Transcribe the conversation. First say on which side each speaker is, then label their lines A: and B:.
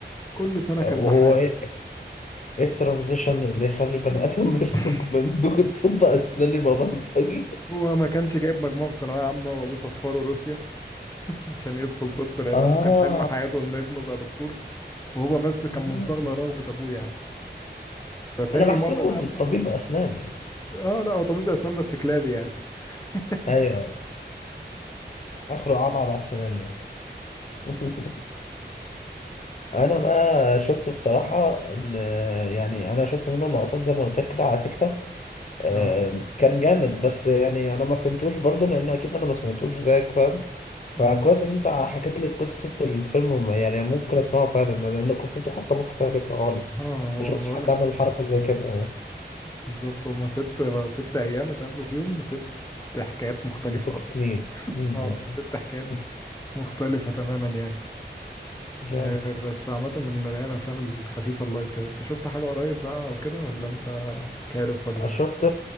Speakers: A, on the left (about 15°); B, on the left (about 40°).
A: كل سنة كان
B: وهو
A: بحال
B: ايه إيه الترانزيشن اللي يخلي بني
A: مم.
B: ادم <laughs> يخرج
A: <laughs>
B: من دوك الطب اسناني ببلطجي
A: هو ما كانش جايب مجموع في ثانوية عامة وابوه سفره روسيا <laughs> عشان يدخل طب لان
B: اه
A: ابوه كان حلم حياته ان ابنه يبقى دكتور وهو بس كان
B: اه
A: منصاغ لرغبة ابوه يعني فتاني
B: انا بحسبه
A: مرة اتقابله
B: ده الطبيب اسناني
A: اه لا هو طبيب اسنان بس كلابي يعني <laughs>
B: ايوه ايوه اخره عضعض على السنان يعني <laughs> انا بقى شفته بصراحه ان يعني انا شفت منه لقطات زي ما قلت لك كده على تيك توك آه،
A: اه
B: كان جامد بس يعني انا ما فهمتوش برضو لان اكيد انا ما سمعتوش زيك فاهم
A: اه
B: فكويس ان انت حكيت لي قصة الفيلم يعني ممكن اسمعه فعلا لان قصته حتى مختلفة خالص
A: اه هو
B: ما شفتش
A: بقول
B: حد
A: لك
B: عمل حركة زي كده
A: بالظبط هما ست ست ايام اتقابلوا فيهم بست حكايات مختلفة
B: بست
A: اصلا
B: سنين م-
A: اه ست حكايات
B: م-
A: مختلفة تماما يعني
B: جامد
A: آه، بس عامة من اللي هي الأفلام الخفيفة اللايت كده أنت شفت حاجة قريب بقى أو كده ولا أنت كارف ولا إيه؟
B: شفت